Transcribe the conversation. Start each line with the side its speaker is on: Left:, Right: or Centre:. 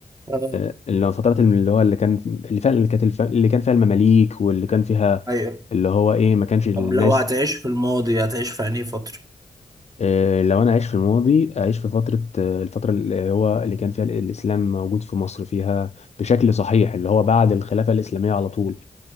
Right: اه
Left: آه، اللي هو الفترات اللي هو اللي كان اللي فعلا اللي كانت الف- اللي كان فيها المماليك واللي كان فيها
Right: ايوه
Left: اللي هو ايه ما كانش الناس
Right: طب لو هتعيش في الماضي هتعيش في انهي فترة
Left: آه، لو انا عايش في الماضي اعيش في فتره آه، الفتره اللي هو اللي كان فيها الاسلام موجود في مصر فيها بشكل صحيح اللي هو بعد الخلافه الاسلاميه على طول